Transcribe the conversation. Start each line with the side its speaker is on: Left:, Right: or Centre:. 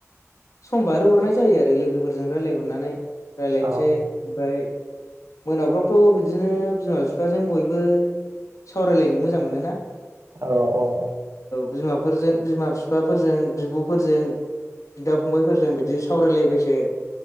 Left: सम बारो हरनाय जायो आरो लोगोफोरजों रायज्लायहरनानै। रायजलायनोसै
Right: औ
Left: ओमफ्राय मोनाफ्राव थ' बिदिनो बिमा बिफाजों बयबो सावरायलायनो मोजां मोनो ना?
Right: औ औ
Left: बिमाफोरजों, बिमा-बिफाफोरजों, बिब'फोरजों बिदा-फंबायफोरजों बिदि सावरायलायबायसो